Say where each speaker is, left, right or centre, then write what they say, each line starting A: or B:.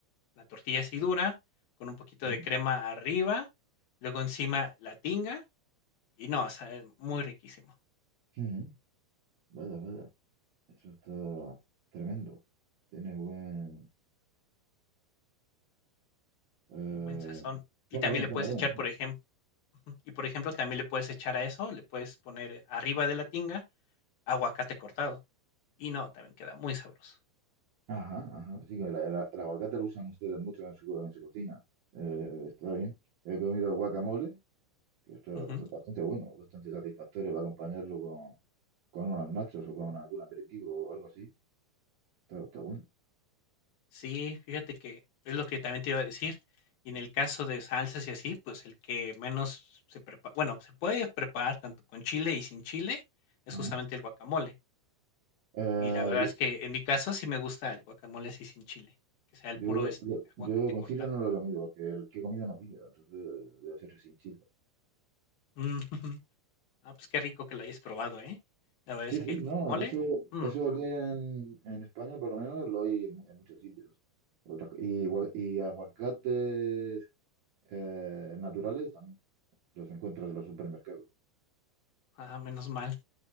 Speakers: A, on the left (about 60°); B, on the right (about 55°).
A: la tortilla así dura, con un poquito
B: Ujú,
A: de crema arriba, luego encima la tinga, y no, o sea, es muy riquísimo,
B: ujú. Vaya, vaya. Eso está tremendo. Tiene buen... Eh,
A: tiene buen sazón. Y
B: suena
A: también
B: bien,
A: le
B: suena
A: puedes
B: bien.
A: echar, por ejemplo, <laughs> y por ejemplo, también le puedes echar a eso, le puedes poner arriba de la tinga aguacate cortado, y no, también queda muy sabroso.
B: Ajá, ajá. Sí, que el, el- el aguacate lo usan ustedes mucho en su, en su cocina. Eh, está bien. He comido guacamole, que esto
A: Ujú.
B: es bast- bastante bueno, bastante satisfactorio para acompañarlo con, con unos nachos o con algún aperitivo o algo así. Está, está bueno.
A: Sí, fíjate que es lo que también te iba a decir. Y en el caso de salsas y así, pues el que menos se prepara, bueno, se puede preparar tanto con chile y sin chile, es
B: Ajá.
A: justamente el guacamole.
B: Eh,
A: Y la verdad es que en mi caso sí me gusta el guacamole así sin chile, que sea el
B: yo,
A: puro
B: yo,
A: este
B: yo-
A: aguacate
B: yo con
A: cortado.
B: chile no lo he comido porque el que he comido no pica, entonces debe ser sin chile.
A: Mm, ujú. Ah, pues qué rico que lo hayas probado, ¿eh? La verdad
B: Sí,
A: es que
B: sí,
A: el
B: no,
A: guacamole,
B: eso,
A: mm,
B: eso aquí en, en España por lo menos lo hay en, mu- en muchos sitios. Otra co- y, gua- y aguacates eh, naturales también los encuentras en los supermercados.
A: ah, menos mal.